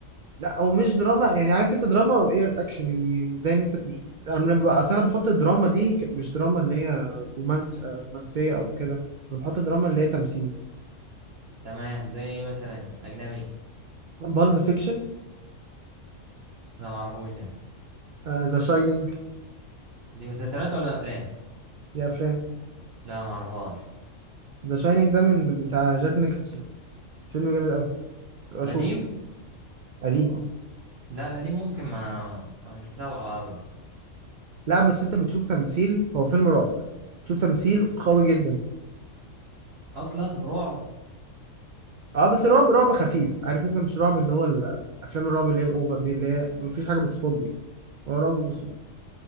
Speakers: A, on the right (about 80°); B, on the right (about 55°).
A: لا هو مش دراما يعني عارف انت دراما وايه اكشن يعني زي ان انت بش... انا من... اصل انا بحط الدراما دي ك- مش دراما اللي هي رومانس آه، رومانسيه او كده انا بحط الدراما اللي هي تمثيل
B: تمام زي ايه مثلا اجنبي
A: بالب فيكشن
B: لا ما اعرفوش ده
A: ذا شاينينج
B: دي مسلسلات ولا افلام
A: دي افلام
B: لا ما اعرفهاش
A: ذا شاينينج ده من بتاع جاك نيكلسون فيلم جامد قوي اشوفه
B: قديم
A: قديم اه
B: لا القديم ممكن ما, ما مش متابعه قوي
A: لا بس انت بتشوف تمثيل هو فيلم رعب بتشوف تمثيل قوي جدا
B: اصلا رعب
A: اه بس رعب رعب خفيف عارف انت مش رعب اللي هو ال- افلام الرعب اللي هي الاوفر دي اللي هي مفيش حاجه بتخض يعني هو رعب بسيط